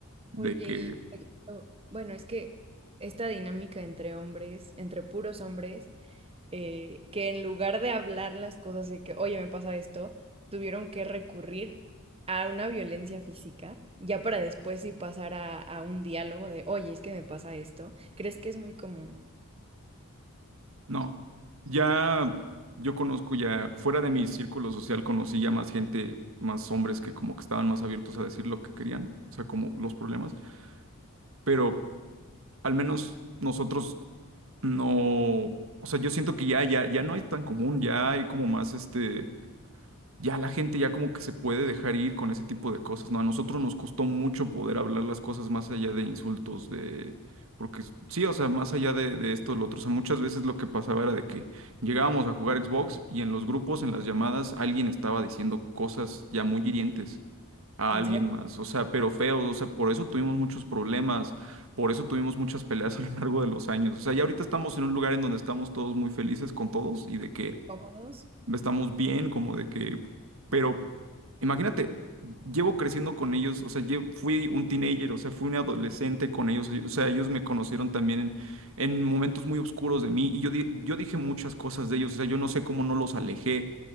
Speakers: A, on the right (about 70°); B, on the right (about 25°).
A: De
B: Oye,
A: que...
B: y por ejemplo, bueno, es que esta dinámica entre hombres, entre puros hombres, eh, que en lugar de hablar las cosas y que, oye, me pasa esto, tuvieron que recurrir a una violencia física, ya para después sí pasar a, a un diálogo de, oye, es que me pasa esto. ¿Crees que es muy común?
A: No, ya yo conozco ya, fuera de mi círculo social conocí ya más gente, más hombres que como que estaban más abiertos a decir lo que querían, o sea, como los problemas, pero al menos nosotros no, o sea, yo siento que ya, ya, ya no es tan común, ya hay como más este ya la gente ya como que se puede dejar ir con ese tipo de cosas, ¿no? A nosotros nos costó mucho poder hablar las cosas más allá de insultos, de... Porque s- sí, o sea, más allá de, de esto, lo otro, o sea, muchas veces lo que pasaba era de que llegábamos a jugar Xbox y en los grupos, en las llamadas, alguien estaba diciendo cosas ya muy hirientes a
B: ¿En
A: alguien
B: serio?
A: más, o sea, pero feos, o sea, por eso tuvimos muchos problemas, por eso tuvimos muchas peleas a lo largo de los años, o sea, ya ahorita estamos en un lugar en donde estamos todos muy felices con todos y de que
B: ¿Cómodos?
A: estamos bien, como de que, pero imagínate, llevo creciendo con ellos, o sea, lle- fui un teenager, o sea, fui un adolescente con ellos, o sea, ellos me conocieron también en, en momentos muy oscuros de mí y yo, di- yo dije muchas cosas de ellos, o sea, yo no sé cómo no los alejé,